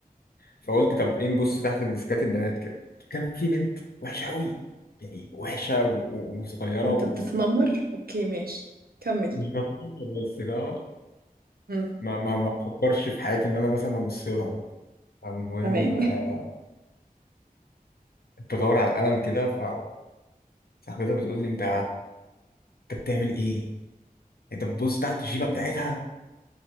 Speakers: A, on the left (about 80°); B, on the right (about 75°).
A: فقلت طب ايه نبص تحت الديسكات البنات كده فكان في بنت وحشه قوي يعني وحشه و- و- وصغيره
B: انت
A: ومش
B: بتتنمر؟ اوكي ماشي كمل
A: بفهم بس فاهمة؟
B: امم
A: ما ما ما بفكرش في حياتي ان انا مثلا ابص لها المهم
B: تمام
A: آه، كنت بدور على القلم كده فصاحبتها بتقول لي انت انت بتعمل ايه؟ انت بتبص تحت الجيبه بتاعتها